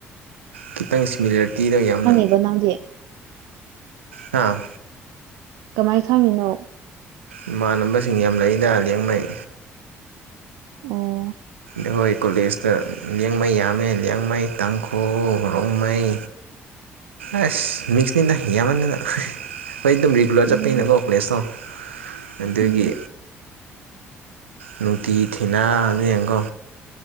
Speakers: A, on the right (about 80°); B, on the right (about 65°).
A: ꯈꯤꯇꯪ ꯁꯤꯃꯤꯂꯔꯤꯇꯤꯗ ꯌꯥꯝꯅ
B: <unintelligible> ꯅꯪꯗꯤ
A: ꯍꯥꯥ
B: ꯀꯃꯥꯏꯅ ꯈꯪꯉꯤꯅꯣ
A: ꯏꯃꯥꯟꯅꯕꯁꯤꯡ ꯌꯥꯝ ꯂꯩꯏꯗ ꯂꯤꯌꯥꯡꯃꯩ
B: ꯑꯣ
A: ꯑ ꯍꯣꯏ ꯀꯣꯂꯦꯖꯇ ꯂꯤꯌꯥꯡꯃꯩ ꯌꯥꯝꯃꯦ ꯂꯤꯌꯥꯡꯃꯩ ꯇꯥꯡꯈꯨꯜ ꯔꯣꯡꯃꯩ ꯑꯦ ꯃꯤꯛꯁꯅꯤꯗ ꯌꯥꯝ ꯃꯥꯟꯗꯅ ꯑꯩꯈꯣꯏ ꯑꯗꯨꯝ ꯔꯤꯒꯨꯂꯔ
B: ꯎꯝ
A: ꯆꯠꯄꯅꯀꯣ ꯄ꯭ꯂꯦꯁꯇꯣ ꯑꯗꯨꯒꯤ
B: ꯎꯝ
A: ꯅꯨꯡꯇꯤꯒꯤ ꯊꯦꯡꯅꯕꯅꯤꯅꯒꯣ